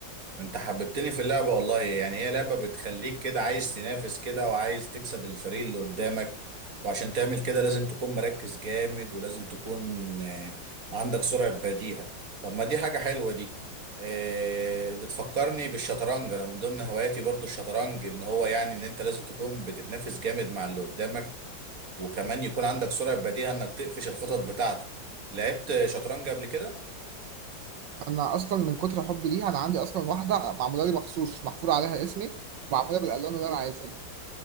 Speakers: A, on the right; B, on the right.
A: انت حببتني في اللعبة والله يعني هي لعبة بتخليك كده عايز تنافس كده وعايز تكسب الفريق اللي قدامك وعشان تعمل كده لازم تكون مركز جامد ولازم تكون آه، عندك سرعة بديهة طب ما دي حاجة حلوة دي آه، بتفكرني بالشطرنج انا من ضمن هواياتي برضو الشطرنج ان هو يعني ان انت لازم تكون بتتنافس جامد مع اللي قدامك وكمان يكون عندك سرعة بديهة انك تقفش الخطط بتاعته لعبت شطرنج قبل كده
B: أنا أصلا من كتر حبي ليها أنا عندي أصلا واحدة معمولة لي مخصوص محفور عليها اسمي معمولة بالألوان اللي أنا عايزها